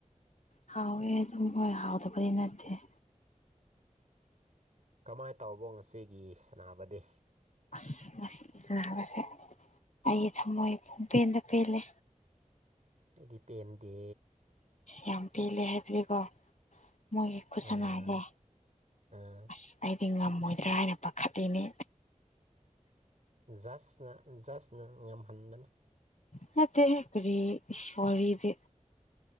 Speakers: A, on the left; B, on the right.
A: ꯍꯥꯎꯋꯦ ꯑꯗꯨꯝ ꯍꯣꯏ ꯍꯥꯎꯗꯕꯗꯤ ꯅꯠꯇꯦ
B: ꯀꯃꯥꯏ ꯇꯧꯔꯕꯣ ꯉꯁꯤꯒꯤ ꯁꯅꯥꯕꯗꯤ
A: ꯑꯁ ꯉꯁꯤꯒꯤ ꯁꯅꯕꯁꯦ ꯑꯩꯒꯤ ꯊꯝꯃꯣꯏ ꯐꯣꯡꯄꯦꯟꯗ ꯄꯦꯜꯂꯦ
B: ꯑꯩꯗꯤ ꯄꯦꯟꯗꯦ
A: ꯌꯥꯝ ꯄꯦꯜꯂꯦ ꯍꯥꯏꯕꯗꯤꯀꯣ ꯃꯣꯏꯒꯤ ꯈꯨꯠꯁꯅꯥꯁꯦ
B: ꯑꯥ ꯑꯥ
A: ꯑꯁ ꯑꯩꯗꯤ ꯉꯝꯃꯣꯏꯗ꯭ꯔꯥ ꯍꯥꯏꯅ ꯄꯥꯈꯠꯂꯤꯅꯤ
B: ꯖꯁꯅ ꯖꯁꯅ ꯉꯝꯍꯟꯕꯅꯤ
A: ꯅꯠꯇꯦꯍꯦ ꯀꯔꯤ ꯋꯥꯔꯤꯗꯤ